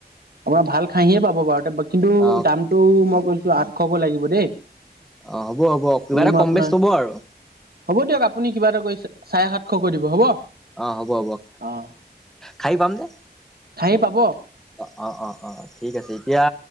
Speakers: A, on the right (about 60°); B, in the centre.
A: আপোনাৰ ভাল খাহীয়ে পাব বাৰু কিন্তু
B: অ
A: দামটো মই কৈছো আঠশকৈ লাগিব দেই।
B: অঁ হ'ব হ'ব কিবা
A: এনেই
B: এটা
A: মই
B: কম
A: আপোনাৰ
B: বেচ লব আৰু
A: হ'ব দিয়ক আপুনি কিবা এটা কৰি চাৰে সাতশকৈ দিব হ'ব।
B: অঁ হ'ব হ'ব
A: অ',
B: খাহী পাম নে
A: খাহী পাব
B: অঁ অঁ অঁ অঁ ঠিক আছে এতিয়া।